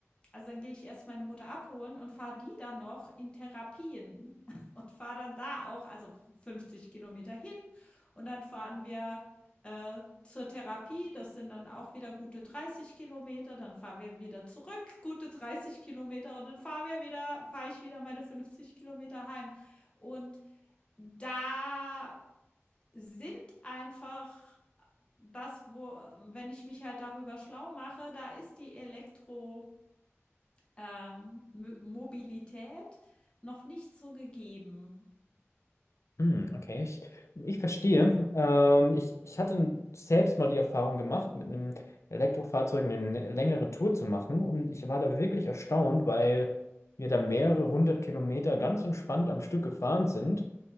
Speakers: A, on the left (about 20°); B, on the left (about 75°).
A: also, dann gehe ich erst meine Mutter abholen und fahre die dann noch in Therapien <laughs> und fahre dann da auch, also 50 Kilometer hin und dann fahren wir, äh, zur Therapie. Das sind dann auch wieder gute 30 Kilometer Dann fahren wir wieder zurück, gute 30 Kilometer und dann fahren wir wieder fahre ich wieder meine 50 Kilometer heim. Und da sind einfach das, wo wenn ich mich halt darüber schlau mache, da ist die Elektro ähm, Mö- Mobilität noch nicht so gegeben.
B: Hm, okay, ich, ich verstehe. Ähm, ich, ich hatte selbst mal die Erfahrung gemacht, mit einem Elektrofahrzeug eine längere Tour zu machen. Und ich war da wirklich erstaunt, weil wir da mehrere hundert Kilometer ganz entspannt am Stück gefahren sind.